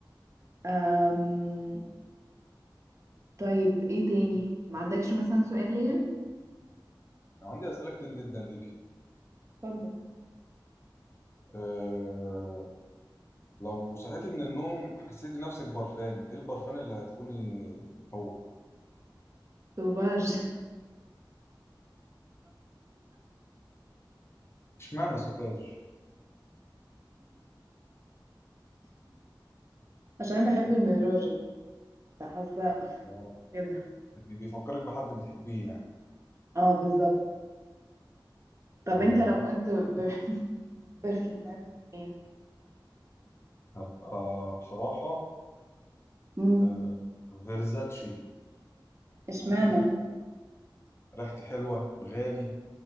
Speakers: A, on the right; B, on the left.
A: أم... طيب ايه تاني ما عندكش مثلا سؤال ليا
B: عندي اسئله كتير جدا ليك
A: اتفضل
B: آه، لو صحيتي من النوم حسيتي نفسك برفان ايه البرفان اللي هتكوني هو
A: سوفاج <laughs>
B: اشمعنى سوفاج
A: عشان بحب الميراجة فحاسة
B: آه،
A: كده
B: يعني بيفكرك بحد بتحبيه يعني
A: اه بالظبط طب
B: مم،
A: انت لو كنت ب- برفيوم بتاعت ايه
B: هبقى بصراحة
A: مم.
B: آه، فيرزاتشي
A: اشمعنى
B: ريحتي حلوة غالي